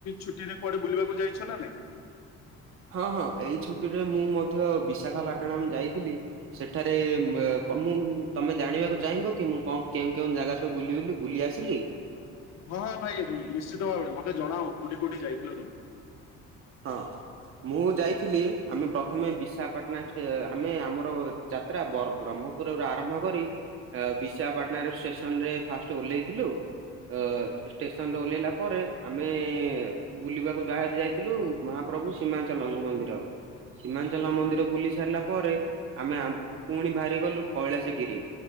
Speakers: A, on the left; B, on the right.
A: ଛୁଟିରେ କୁଆଡେ ବୁଲିବାକୁ ଯାଇଛ ନା ନାଇଁ?
B: ହଁ ହଁ ଏଇ ଛୁଟିରେ ମୁଁ ମଧ୍ୟ ବିଶାଖାପାଟଣାମି ଯାଇଥିଲି। ସେଠାରେ ମେଏ କମିନ୍ ତମେ ଜାଣିବାକୁ ଚାହିଁବ କି ମୁଁ କଅଁ କେଉଁ କେଉଁ ଜାଗାସ୍ ତ ବୁଲି ବୁଲି ବୁଲି ଆସିଲି।
A: ହଁ ଭାଇ ଦୁଉଁ ନିଶ୍ଚିତ ଭାବରେ ମତେ ଜଣାଅଁ କୋଉଠି କୋଉଠି ଯାଇଥିଲ ତମେ।
B: ହଁ। ମୁଁ ଯାଇଥିଲି ଆମେ ପ୍ରଥମେ ବିଶାପାଟ୍ନା ଷ୍ଟେ ଆମେ ଆମର ଯାତ୍ରା ବରମ୍ ବ୍ରହ୍ମ। ପୂରର୍ବରୁ ଆରମ୍ଭ କରି ଏଅ ବିଶିଆପାଟ୍ନାରେ ଷେସନ୍ରେ ଫାଷ୍ଟ ଓଲେଇଥିଲୁ। ଅ ଟେସ୍ନରେ ଓଲ୍ହିଲା ପରେ ଆମେ ବୁଲିବାକୁ ବାହାରି ଯାଇ ଥିଲୁ ମହାପ୍ରଭୁ ସୀମାଞ୍ଚଲ ମୁଁ ମନ୍ଦିର। ସୀମାନ୍ଞ୍ଚଲ ମନ୍ଦିର ବୁଲି ସାରିଲା ପରେ ଆମେ ଆମ୍ ପୁଣି ବାହାରି ଗଲୁ କୈଳାସ ଗିରି।